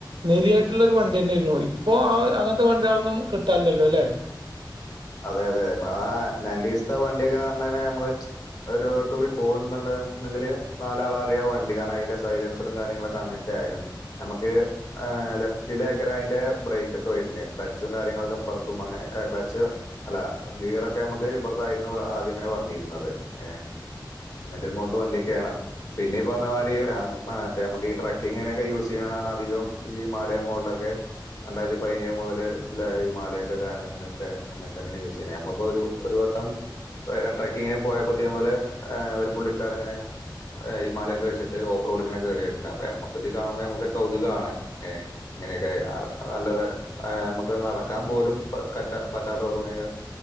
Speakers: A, on the right; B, on the left.
A: നെരിയായ്റ്റ്ള്ളൊര് വണ്ടിയെന്നേര്ന്നു ഇപ്പൊ ആ അഹ് അങ്ങൻത്തെ വണ്ട്യളൊന്നും കിട്ടാല്ലല്ലോലേ എഹ്
B: അതെ അതെ ആ നയന്റീസ്ത്തെ വണ്ടിയൊക്കെന്നർഞ്ഞാല് ഞമ്മള് ഒരുവാത്തൂടി പോകുന്നുണ്ടെങ്കില് നാലാൾ അറിയാ വണ്ടി കാരണം അതിന്റെ സൈലൻസറും കാര്യങ്ങളുക്കെ അങ്ങൻത്തെ ആയിരുന്നു ഞമ്മക്ക് ആ ലെഫ്റ്റിലയ്ക്കാരം അയിന്റെ ബ്രേക്ക് ഒക്കെ വരുന്നെ ക്ലച്ചും കാര്യങ്ങളൊക്കെ പ പൊർത്തോവുമ്പ അങ്ങനെ അ ക്ലച്ച് അല്ല ഗീറൊക്കെ ഞമ്മക്ക് ഇപ്പറത്തായിരുന്ന് ആദ്യം ഇങ്ങനെ വന്നിര്ന്നത് ഏ അങ്ങൻതെ ഒര് മോഡല് വണ്ടിയൊക്കെയാണ് പിന്നെ ഈ പറഞ്ഞ മാരി ആ മറ്റേ ഞമ്മക്ക് ഈ ട്രക്കിങ്ങിനൊക്കെ യൂസ് ചെയ്യണാർഞ്ഞാ അതികം ഈ മാലയ മോൾലൊക്കെ രണ്ടായിരത്തി പയിനേഴ് മുതല് ള്ളെ ഈ മാലയൊക്കെ കാര്യങ്ങളൊക്കെ അങ്ങൻതന്നേണ് യൂസ് ചെയ്യ്ണെ നമ്മള് പ്പൊ ഒരു വട്ടം എ ഏ ട്രക്കിങ്ങന് പോയപ്പൊ ഇതേ പോലെ ഏഹ് ഒരു പുള്ളിക്കാരന്ങ്ങനെ ഏ ഇമാലയൊക്കെ വെച്ചിട്ട് ഓഫ് റോഡ് ഇങ്ങനെകേറിവര്ണ്ട് അപ്പൊ ഞമ്മക്ക് ഇത് കാണുമ്പോ ഞമ്മക്ക് ഒര് കൗതുകാണ് ഏ ഇങ്ങനെയൊക്കെ അതാ നല്ലത് ഞമ്മക്ക് നടക്കാൻ പോലും പ കറ്റാ പറ്റാത്തോട് കൂടെ <unintelligible>